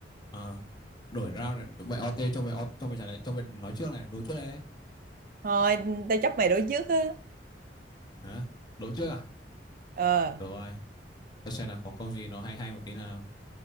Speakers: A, on the left (about 25°); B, on the right (about 50°).
A: ờ, đổi round này, tụi mày OT cho mày cho mày trả lời, cho mày nói trước này, đố trước đây.
B: thôi tao chấp mày đố trước á
A: Hả? Đố trước à?
B: ờ
A: Được rồi, ta xem là có câu gì nó hay hay một tí nào.